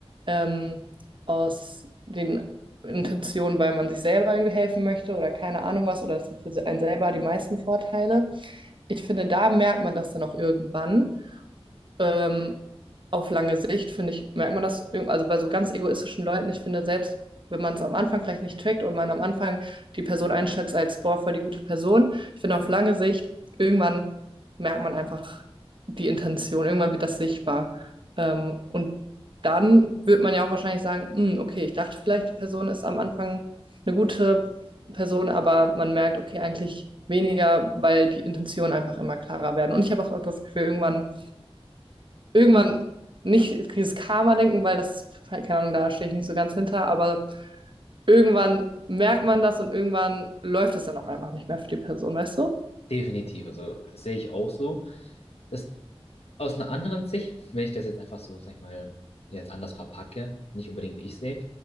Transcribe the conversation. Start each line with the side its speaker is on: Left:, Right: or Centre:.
Right: ähm, aus den Intention, weil man sich selber irgendwie helfen möchte oder keine Ahnung was, oder das hat für einen selber die meisten Vorteile. Ich finde, da merkt man das dann auch irgendwann ähm, auf lange Sicht, finde ich, merkt man das, irg- also bei so ganz egoistischen Leuten, ich finde selbst, wenn man es am Anfang vielleicht nicht trackt und man am Anfang die Person einschätzt als, boah, voll die gute Person, ich finde auf lange Sicht, irgendwann merkt man einfach die Intention, irgendwann wird das sichtbar. Ähm, und dann wird man ja auch wahrscheinlich sagen, "Hm, okay, ich dachte vielleicht, die Person ist am Anfang eine gute Person, aber man merkt, okay, eigentlich weniger, weil die Intentionen einfach immer klarer werden. Und ich habe auch das Gefühl, irgendwann irgendwann nicht dieses Karma-Denken, weil das, keine Ahnung, da stehe ich nicht so ganz hinter, aber irgendwann merkt man das und irgendwann läuft es dann auch einfach nicht mehr für die Person, weißt du?
Left: Definitiv, also sehe ich auch so. Das aus einer anderen Sicht, wenn ich das jetzt einfach so, sag ich mal, jetzt anders verpacke, nicht unbedingt wie ich sehe,